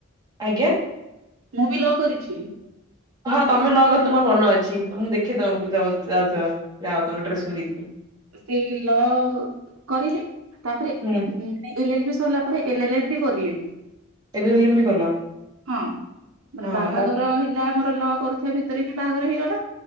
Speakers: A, on the right (about 20°); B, on the right (about 75°).
A: ଆଜ୍ଞା।
B: ମୁଁ ବି ଲ କରିଛି।
A: ହଁ ତମେ ଲ କରିଥିଲ ମୋର ମନ ଅଛି ତ ମୁଁ ଦେଖେ ତମକୁ ଯାଉଥିବ ଯାଅ ତମେ ଡ୍ରେସ ପନ୍ଧିକି।
B: ସେଇ ଲ କରିଲି ତାପରେ
A: ହୁଁ
B: ଉ ଏଲ ଏଲ ବି ସରିଲା ପରେ ଏଲ ଏଲ ବି କରିଲି ମୁ।
A: ଏଲିଲିମ ବି କଲ
B: ହଁ ମାନେ
A: ହଁ
B: ବାହାଘର
A: ତା
B: ହେଲା ମୋର ଲ କରୁଥିବା ଭିତରେ ହିଁ ବାହାଘର ହେଇଗଲା